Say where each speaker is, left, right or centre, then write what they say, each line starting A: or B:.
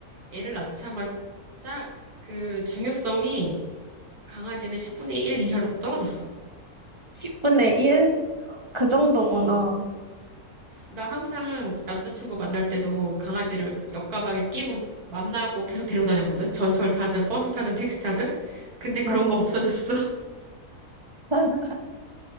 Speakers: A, on the right; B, on the right.
A: 애를 낳자마자 그 중요성이 강아지는 10분의 1 이하로 떨어졌어.
B: 10분의 1? 그 정도구나.
A: 어, 나 항상 남자친구 만날 때도 강아지를 옆가방에 끼고 만나고 계속 데리고 다녔거든. 전철 타든 버스 타든 택시 타든. 근데 그런
B: 어,
A: 거 없어졌어. <laughs>
B: <laughs>